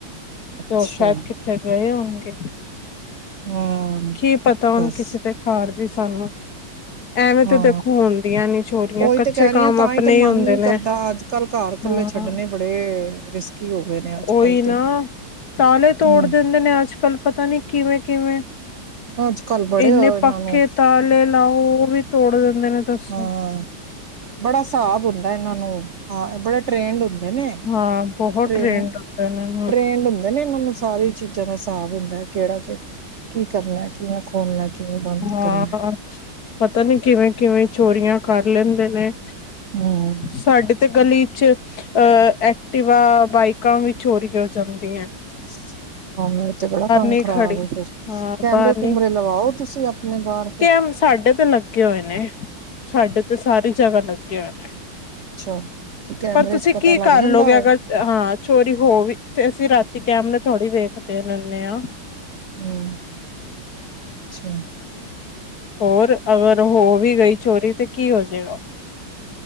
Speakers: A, on the right (about 85°); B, on the left (about 50°).
A: ਅੱਛਾ
B: ਲੋਕ ਸ਼ਾਇਦ ਕਿੱਥੇ ਗਏ ਉਗੇ।
A: ਹਾਂ
B: ਕੀ ਪਤਾ ਹੁਨ
A: ਦੱਸ
B: ਕਿਸੇ ਤੇ ਘਰ ਦੀ? ਸਾਨੂੰ ਐਵੇਂ
A: ਹਾਂ
B: ਤਾਂ ਦੇਖੋ ਹੁੰਦੀਆਂ ਨੀ ਚੋਰੀਆਂ
A: ਉਹੀ
B: ਕੱਚੇ
A: ਤੇ ਕਹਿ
B: ਕਮ
A: ਰਹੀ ਹਾਂ ਤਾਂ
B: ਆਪਣੇ
A: ਤੇ
B: ਹੀ
A: ਮਨ
B: ਹੁੰਦੇ
A: ਨੀ
B: ਨੇ
A: ਕਰਦਾ ਅੱਜ ਕੱਲ ਘਰ ਇਕੱਲੇ
B: ਹਾਂ
A: ਛੱਡਣੇ ਬੜੇ ਰਿਸਕੀ ਹੋ ਗਏ ਨੇ ਅੱਜ
B: ਉਹੀ
A: ਕੱਲ
B: ਨਾ
A: ਤੇ
B: ਤਾਲੇ ਤੋੜ
A: ਹਮ
B: ਦਿੰਦੇ ਨੇ ਅੱਜ-ਕੱਲ ਪਤਾ ਨੀ। ਕਿਵੇਂ ਕਿਵੇਂ?
A: ਅੱਜ ਕੱਲ ਬੜੇ
B: ਇੰਨੇ
A: ਇਹਨਾਂ
B: ਪੱਕੇ
A: ਨੂੰ
B: ਤਾਲੇ ਲਾਓ। ਉਹ ਵੀ ਤੋੜਿੰ ਤੇ ਇਹਨੂੰ ਦੱਸੋ।
A: ਹਾਂ ਬੜਾ ਹਿਸਾਬ ਹੁੰਦਾ ਇਹਨਾਂ ਨੂੰ, ਹਾਂ ਬੜੇ ਟ੍ਰੇਨਡ ਹੁੰਦੇ ਨੇ
B: ਹਾਂ ਬਹੁਤ
A: ਟੇਡ
B: ਟ੍ਰੇਨਡ ਹੁੰਦੇ ਨੇ ਹੂੰ
A: ਟੇਟ੍ਰਡ ਹੁੰਦੇ ਨੇ ਇਹਨਾਂ ਨੂੰ ਸਾਰੀ ਚੀਜ਼ਾਂ ਦਾ ਹਿਸਾਬ ਹੁੰਦਾ ਹੈ, ਕਿਹੜਾ ਕਿ ਕੀ ਕਰਨਾ ਕਿਵੇੈਂ ਖੋਲਣਾ। ਕਿਵੇਂ ਬੰਦ
B: ਹਾਂ
A: ਕਰਨਾ
B: ਪਤਾ ਨੀ ਕਿਵੇਂ? ਕਿਵੇਂ ਚੋਰੀਆਂ ਕਰ ਲੈਂਦੇ ਨੇ।
A: ਹਮ
B: ਸਾਡੇ ਤੇ ਗਲੀ ਚ ਅ ਐਕਟੀਿਵਾ, ਬਾਈਕਾਂ ਵੀ ਚੋਰੀ ਹੋ ਜਾਂਦੀਆਂ ਨੋ।
A: <unintelligible> ਹਾਂ ਇਹ ਤੇ ਬੜਾ ਕੰਮ
B: ਨੀ
A: ਖਰਾਬ
B: ਖੜੀ
A: ਫਿਰ
B: ਹਾਂ
A: ਕੈਮਰੇ
B: ਬਾਹਰ
A: ਕੁੂਮਰੇ
B: ਨੀ
A: ਲਵਾਓ ਤੁਸੀਂ ਆਪਣੇ ਬਾਹਰ ਫਿਰ।
B: ਕੈਮ ਸਾਡੇ ਤੇ <unintelligible> ਸਾਡੇ ਤੇ ਸਾਰੀ ਜਗ੍ਹਾ ਲੱਗੇ ਹੋਏ। ਨੇ
A: ਅੱਛਾ ਤੇ ਕੈਮਰੇ
B: ਪਰ ਤੁਸੀਂ
A: ਚ ਪਤਾ
B: ਕੀ
A: ਲੱਗ
B: ਕਰਲਓਗੇ
A: ਜਾਂਦਾ ਹੋਏ
B: ਅਗਰ ਹਾਂ ਚੋਰੀ ਹੋ ਵੀ ਤੇ ਅਸੀਂ ਕੈਮਰਾ ਥੋੜੀ ਦੇਖ ਤੇਖ ਲੈਨੇਆ।
A: ਹੂੰ ਅੱਛਾ।
B: ਹੋਰ, ਅਗਰ ਹੋ ਵੀ ਗਈ ਚੋਰੀ ਤੇ ਕੀ ਹੋਜਏਗਾ